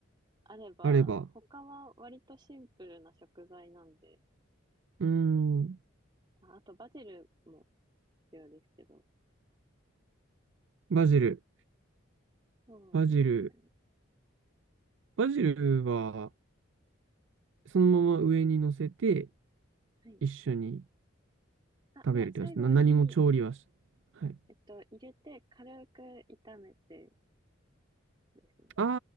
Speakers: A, on the right; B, on the right.
A: あれば、
B: あれば。
A: 他は割とシンプルな食材なんで、
B: うーん、
A: あ、あとバジルも必要ですけど、
B: バジル。
A: そうですね。
B: バジル。バジルは、そのまま上に乗せて、
A: はい。
B: 一緒に
A: あ、
B: 食べるって感じ。
A: いや、最後に、
B: な、何も調理はし、はい。
A: えっと、入れて軽く炒めてですね。
B: あ